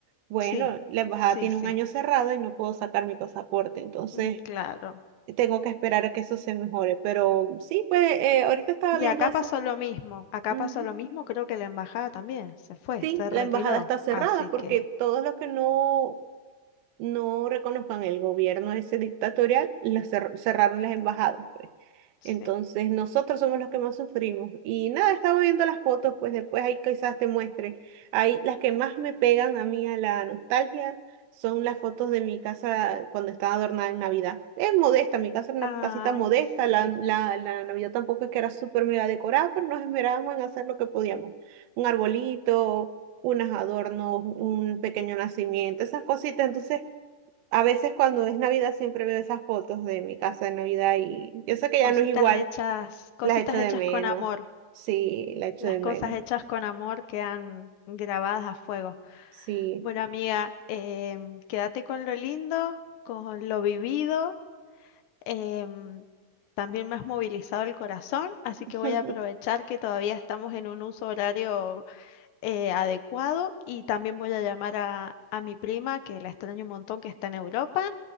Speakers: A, on the right; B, on the left.
A: Bueno,
B: sí,
A: la embajada
B: sí,
A: tiene
B: sí,
A: un año cerrada y no puedo sacar mi pasaporte, entonces
B: mm, claro.
A: tengo que esperar a que eso se mejore. Pero sí, pues eh, ahorita estaba
B: Y
A: viendo
B: acá
A: eso.
B: pasó lo mismo, acá
A: Ujú.
B: pasó lo mismo, creo que la embajada también se fue,
A: Sí,
B: se
A: la
B: retiró,
A: embajada está cerrada
B: así
A: porque
B: que
A: todos los que no, no reconozcan el gobierno ese dictatorial, la cer- cerraron las embajadas, pues.
B: sí.
A: Entonces nosotros somos los que más sufrimos. Y nada, estaba viendo las fotos, pues después ahí quizás te muestre. Ahí las que más me pegan a mí a la nostalgia son las fotos de mi casa cuando estaba adornada en Navidad. Es modesta, mi casa era
B: Ay,
A: una casita modesta,
B: sí,
A: la, la, la Navidad tampoco es que era súper mega decorada, pero nos esmerábamos en hacer lo que podíamos. Un arbolito unos adornos, un pequeño nacimiento, esas cositas. Entonces, a veces cuando es Navidad siempre veo esas fotos de mi casa de Navidad y yo sé que ya
B: cositas
A: no es igual,
B: hechas, cositas
A: las echo de
B: hechas
A: menos.
B: con amor,
A: Sí, la echo
B: las
A: de menos.
B: cosas hechas con amor quedan grabadas a fuego.
A: Sí.
B: Bueno, amiga, em, quédate con lo lindo, con lo vivido. em, también me has movilizado el corazón, así
A: <laughs>
B: que voy a aprovechar que todavía estamos en un uso horario eh, adecuado y también voy a llamar a, a mi prima, que la extraño un montón, que está en Europa.